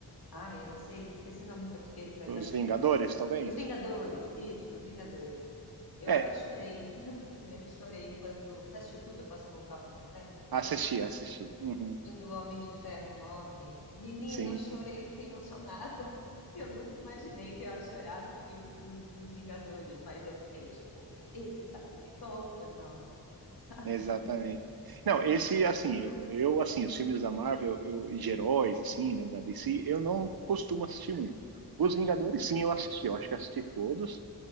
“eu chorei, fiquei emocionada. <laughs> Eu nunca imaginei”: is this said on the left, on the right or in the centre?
Left